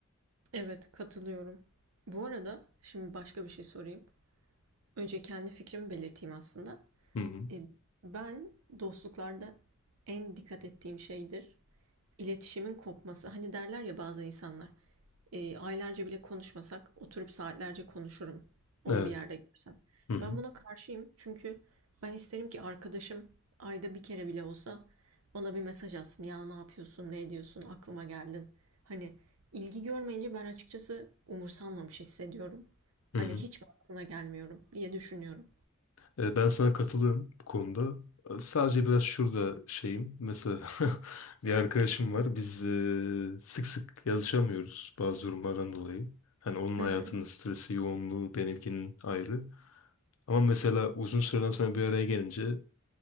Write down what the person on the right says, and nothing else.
Evet katılıyorum. Bu arada şimdi başka bir şey sorayım. Önce kendi fikrimi belirteyim aslında.
E, ben dostluklarda en dikkat ettiğim şeydir iletişimin kopması. Hani derler ya bazı insanlar. E, aylarca bile konuşmasak oturup saatlerce konuşurum onu
bir yerde görsem.
Ben buna karşıyım çünkü ben isterim ki arkadaşım ayda bir kere bile olsa bana bir mesaj atsın. Ya ne yapıyorsun, ne ediyorsun, aklıma geldin. Hani ilgi görmeyince ben açıkçası umursanmamış hissediyorum. Hani
hiç mi aklına gelmiyorum diye düşünüyorum.
Hı
hı